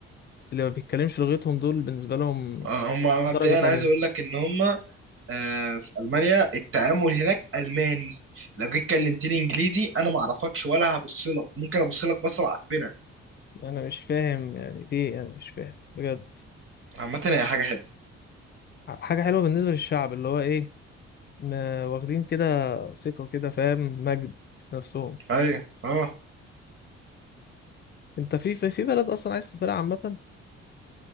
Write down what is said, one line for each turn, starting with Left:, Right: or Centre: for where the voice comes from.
Left: اللي ما بيتكلمش لغتهم دول بالنسبة لهم
Right: آه، هم مبدئيا
Left: درجة تانية
Right: عايز أقول لك إن هم آه، في المانيا التعامل هناك الماني لو جيت كلمتني انجليزي انا ما اعرفكش ولا هبص لك ممكن ابص لك بصه معفنه
Left: انا مش فاهم يعني ليه انا مش فاهم بجد
Right: عامه هي حاجه حلوه
Left: ح- حاجة حلوة بالنسبة للشعب اللي هو ايه ما واخدين كده ثقة كده فاهم مجد في نفسهم
Right: ايوه اه
Left: انت في في في بلد اصلا عايز تسافرها عامة